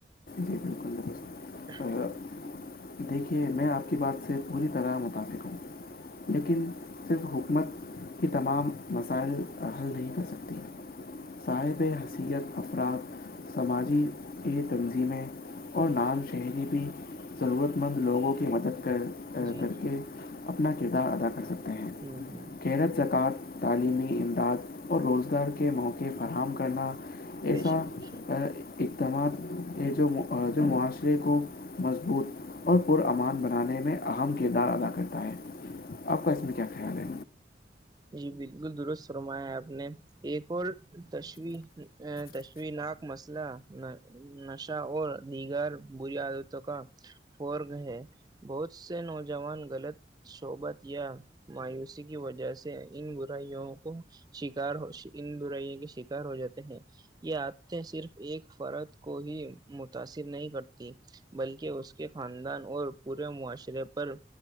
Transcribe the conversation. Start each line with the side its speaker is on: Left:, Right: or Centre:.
Left: جی بالکل درست
Right: <inaudible>
Left: آ، دیکھیے میں آپ کی بات سے پوری طرح مطفق ہوں لیکن صرف حکومت کی تمام مسائل حل نہیں کر سکتی صاب حثیت افراد سماجی کی تنظیمیں اور نام شہری بھی ضرورت مند لوگوں کی مدد کر کر
Right: جی جی
Left: کے اپنا کردار ادا کر سکتے ہیں
Right: ہوں ہوں
Left: شیرت زکۃ تعلیمی امداد اور روزگار کے موقعے فراہم کرنا ایسا
Right: بے شک بے شک
Left: اقدامات ہیں جو جو معاشرے کو مضبوط اور پر امان بنانے میں اہم کردار ادا کرتا ہے آپ کا اس میں کیا خیال ہے
Right: جی بالکل درست ررما ہے آپ نے ایک تشو تشوناک مسئلہ نشہ اور دیگر بری عادتوں کا فورگ ہے بہت سے نوجوان غلط صحبت یا مایوسی کی وجہ سے ان برائیوں کو شکار ان برائیوں کے شکار ہو جاتے ہیں یہ عادتیں صرف ایک فرد کو ہی متاثر نہیں کرتی بلکہ اس کے خاندان اور پورے معاشرے پر